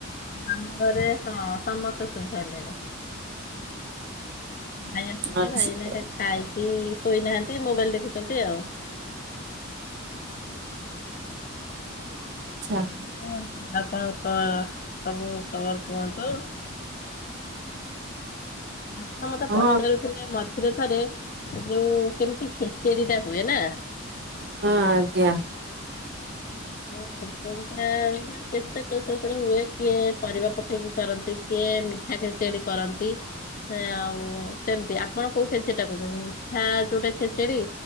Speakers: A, on the left; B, on the right.
A: ଆମ ଘରେ ହଁ ସମସ୍ତେ ଶୋଇ ସାରିଲେଣି। ଭାଇ ଆସିନଥିଲେ
B: ଆଚ୍ଛା
A: ଭାଇ ଆଇଲେ ଏଇନା ଖାଇକି ଶୋଇନାହାନ୍ତି ମୋବାଇଲ ଦେଖୁଛନ୍ତି ଆଉ।
B: ଆଚ୍ଛା।
A: ଆଉ କୁହନ୍ତୁ ଆପଣଙ୍କ ସବୁ କବର ଫବର ଦଉ। ଆପଣ ମତେ
B: ହଁ
A: ପଚାରୁ ଥିଲେ ମଝିରେ ଥରେ ଯୋଉ କେମିତି ଖିଚିଡି ଟା ହୁଏ ନା?
B: ହଁ ଆଜ୍ଞା
A: ମୋ କହିପାରିବା ମାନେ କେତେ ପ୍ରସାଦ ରେ ହୁଏ କିଏ ପରିବା ପକେଇକି କରନ୍ତି କିଏ ମିଠା ଖିଚିଡି କରନ୍ତି ସେ ଆଉ କେମିତି ଆପଣ କୋଉ ଖେଚିଡି ଟା କହୁଛନ୍ତି ମିଠା ଯୋଉଟା ଖେଚିଡି